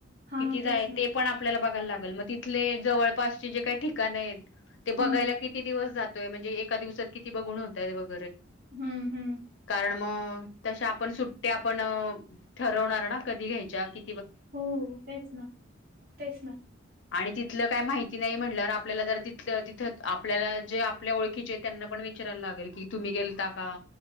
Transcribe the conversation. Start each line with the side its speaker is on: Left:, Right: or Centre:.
Right: हा
Left: किती जा
Right: तेच
Left: आहे
Right: ना
Left: ते पण आपल्याला बघा. लागल मग तिथले जवळपासचे जे काही ठिकाण आहेत. ते
Right: हम्म
Left: बघायला किती दिवस जात.. म्हणजे एका दिवसात किती बघून होतय बघ..
Right: हम्म हम्म
Left: कारण मग तशा आपण सुट्ट्या पण ठरवणार ना कधी घ्यायच्या कि..
Right: हो तेच ना तेच ना..
Left: आणि तिथलं काही माहिती नाही म्हटल्यावर आपल्याला जर तिथलं तिथं आपल्याला जे आपल्या ओळखीचे त्यांना पण विचारायला लागेल की तुम्ही गेलता का.